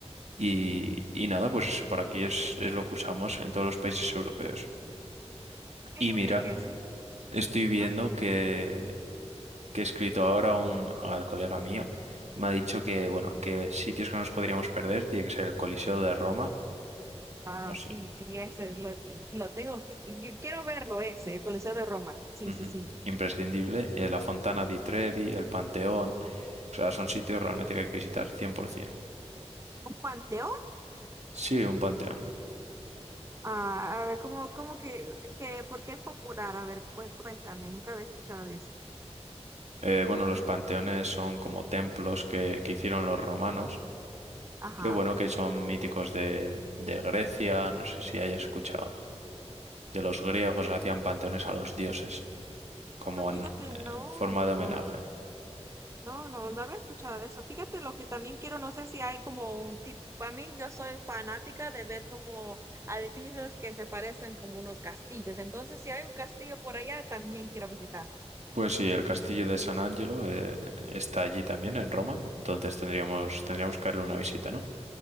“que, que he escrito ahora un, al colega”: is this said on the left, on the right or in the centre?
Right